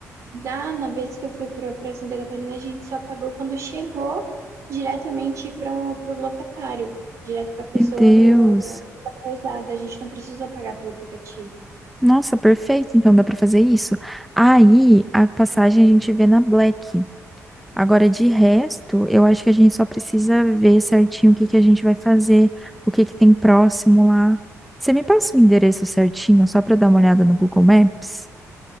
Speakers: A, on the right; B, in the centre.
A: Da, na vez que eu fui pra, pra Santa Catarina, a gente só pagou quando chegou diretamente para o locatário, direto para a pessoa
B: Meu Deus.
A: do, da pousada. A gente não precisou pagar pelo aplicativo.
B: Nossa, perfeito. Então dá para fazer isso. Aí a passagem a gente vê na Black. Agora, de resto, eu acho que a gente só precisa ver certinho o que que a gente vai fazer, o que que tem próximo lá. Você me passa o endereço certinho, só para dar uma olhada no Google Maps?